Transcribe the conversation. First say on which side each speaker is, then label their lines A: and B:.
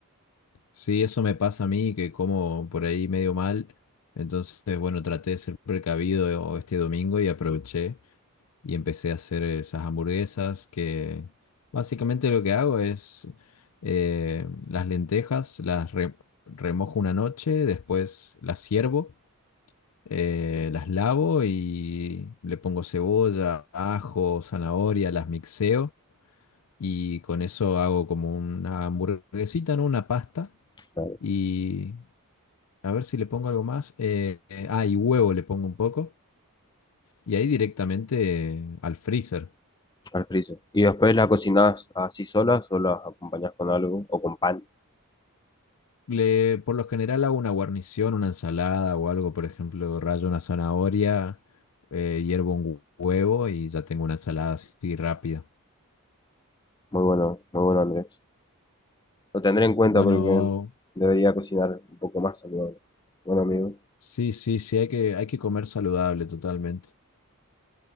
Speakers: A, on the left; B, on the left.
A: Sí, eso me pasa a mí, que como por ahí medio mal. Entonces, bueno, traté de ser precavido este domingo y aproveché y empecé a hacer esas hamburguesas que básicamente lo que hago es eh, las lentejas, las re- remojo una noche, después las ciervo, eh, las lavo y le pongo cebolla, ajo, zanahoria, las mixeo y con eso hago como una hamburguesita, ¿no? Una pasta
B: claro,
A: y a ver si le pongo algo más. Eh, eh, ah, y huevo le pongo un poco. Y ahí directamente eh, al freezer.
B: Al friso. Y después la cocinás así solas o las acompañás con algo o con pan.
A: Le, por lo general hago una guarnición, una ensalada o algo, por ejemplo, rayo una zanahoria, eh, hiervo un hu- huevo y ya tengo una ensalada así rápida.
B: Muy bueno, muy bueno, Andrés. Lo tendré en cuenta
A: Bueno,
B: porque debería cocinar un poco más saludable. Bueno, amigo,
A: sí, sí, sí, hay que, hay que comer saludable totalmente.